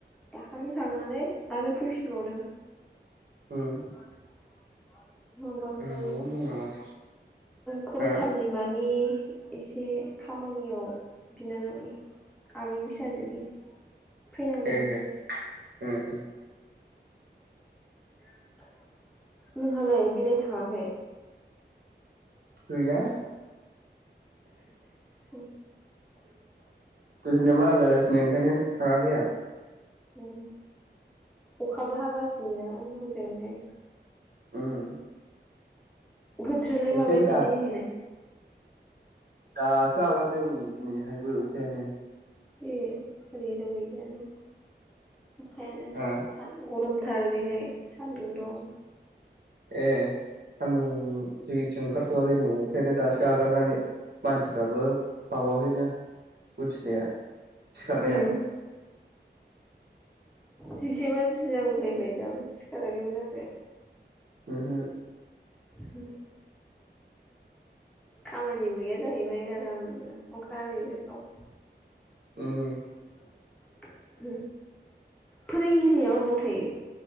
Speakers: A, in the centre; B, on the right.
A: दाखालि थांनानै आरो फैफिनबावदों।
B: उम आंहा
A: <inaudible> माबानि
B: न'आवनो दं नामासो
A: फरायसालिमानि
B: हा
A: एसे खामानियाव बिनानावनि आमैनि फिसाजोनि फैनांदों
B: ए उम उम
A: <inaudible> नोंहालाय बेरायनो थाङाखै
B: गैया
A: उ
B: गुजुनाया बारा जागासिनो ओंखायनो थाङाखै आं
A: उम अखाबो हागासिनोना हजोंहाय
B: उम
A: बोथोरोलाय
B: अखायानो
A: माबायदि
B: दा
A: दिनैहायलाय
B: दासो हगारदों नै दिनैहायबो अखायानो
A: ए एरै द गयगानो अखायानोथा
B: हा
A: गरम थार ओरैहाय सान्दुं दं
B: ए सान्दुं जथिं ओंखारथ आखै नै अखायानो दासो आगारनानै मानसिफ्राबो बावाखैनो उथिनाया सिखारनाया
A: उम जिसे बाजि जागौलायबाय दाबो सिखाराखैमोन आरो
B: उम हम
A: हम खामानिबो गैया जाहैबाय आरामनो अखा हानायबो सम
B: उम
A: <inaudible> फोरोंगिरिया अबाव थायो?